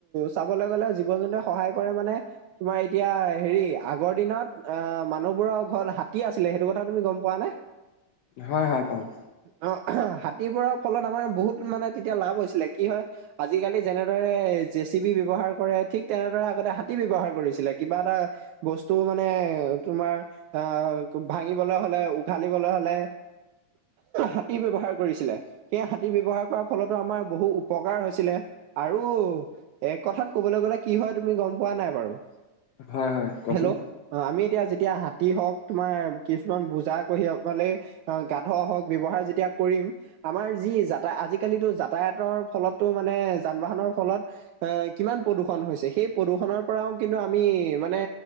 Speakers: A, on the right (about 80°); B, on the left (about 70°).
A: চাবলৈ গ'লে জীৱ জন্তুৱে সহায় কৰে মানে তোমাৰ এতিয়া হেৰি আগৰ দিনত, অ' মানুহবোৰৰ ঘৰত হাতী আছিলে সেইটো কথা তুমি গম পোৱা নে?
B: হয়, হয় পাওঁ।
A: অ', হাতীৰ পৰা ফলত আমাৰ বহুত মানে তেতিয়া লাভ হৈছিলে, কি হয় আজিকালি যেনেদৰে জেচি বি ব্যৱহাৰ কৰে, ঠিক তেনেদৰে আগতে হাতী ব্যৱহাৰ কৰিছিলে কিবা এটা বস্তু মানে তোমাৰ আহ ভাঙিবলৈ হলে, উঘালিবলৈ <unintelligible> মানে হাতী ব্যৱহাৰ কৰিছিলে। সেই হাতী ব্যৱহাৰ কৰাৰ ফলতো আমাৰ বহু উপকাৰ হৈছিলে। আৰু এক কথাত কবলৈ গলে, কি হয় তুমি গম পোৱা নাই বাৰু?
B: হয়, হয়, কোৱাচোন।
A: হেল্ল' অ' আমি এতিয়া যেতিয়া হাতী হওক, তোমাৰ কিছুমান বুজা কঢিয়া বলে অ', গাধ হক ব্যৱহাৰ যেতিয়া কৰিম আমাৰ যি যাতা আজিকালিতো যাতায়াতৰ ফলতো মানে, যান বাহনৰ ফলত আহ কিমান প্ৰদূষণ হৈছে, সেই প্ৰদূৰষণৰ পৰাও কিন্তু আমি মানে